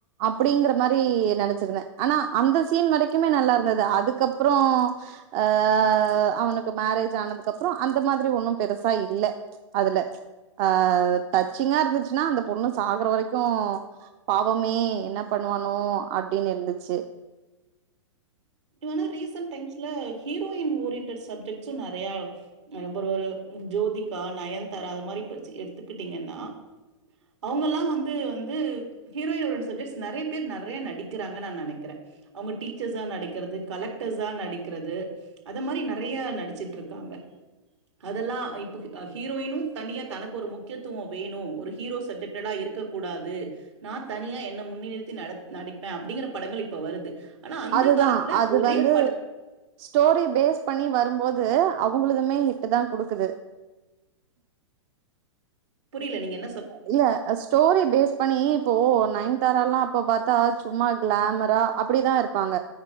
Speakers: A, on the right (about 35°); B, on the right (about 65°).
A: அப்பிடிங்கிற மாரி நெனைச்சிருந்தே ஆனா அந்த சீன் வரைக்குமே நல்லா இருந்தது அதுக்கப்புறோ அ அவனுக்கு மேரேஜ் ஆனதுக்கு அப்புறோ அந்த மாதிரி ஒன்னு பெருசா இல்ல அதல அ டச்சிங்கா இருந்துச்சின்னா அந்த பொண்ணு சாகற வரைக்கு பாவமே என்ன பண்ணுவானோ அப்டின் இருந்திச்சி
B: இவனா ரீசன்ட் டைம்ஸ்ல ஹீரோயின் ஓரியன்டட் சப்ஜெக்ட்ஸு நெறையா அகப்புறோ ஒரு ஜோதிக்கா நயன்தாரா அத மாரி பச்சி எடுத்துக்கிட்டீங்கன்னா அவங்கெல்லா வந்து வந்து ஹீரோயின் ஓரியன் சப்ஜெ்ட்ஸ் நெறைய பேர் நெறையா நடிக்கிறாங்க நா நெனைக்கிறே அவுங்க டீச்சர்ஸா நடிக்கிறது கலெக்டர்ஸா நடிக்கிறது அத மாரி நெறைய நடிச்சிட்டு இருக்காங்க அதெல்லா இப்பக் ஆ ஹீரோயினு தனியா தனக்கு ஒரு முக்கியத்துவோ வேணு ஒரு ஹீரோ சப்ஜெக் ட்டலா இருக்கக்கூடாது நா தனியா என்ன முன்னிறுத்தி நட்ப் நடிப்பே அப்டிங்கிற படங்கள் இப்ப வருது ஆனா அந்த
A: அதுதா
B: காலத்துல
A: அது
B: ஒரே
A: வந்து
B: படத்
A: ஸ்டோரி பேஸ் பண்ணி வரும்போது அவுங்குதுமே ஹிட்ட தா குடுக்குது
B: புரியில நீங்க என்
A: இல்ல ஸ்டோரி பேஸ் பனி இப்போ நைன்தாரல்லா அப்ப பாத்தா சும்மா கிளாமரா அப்பிடிதா இருப்பாங்க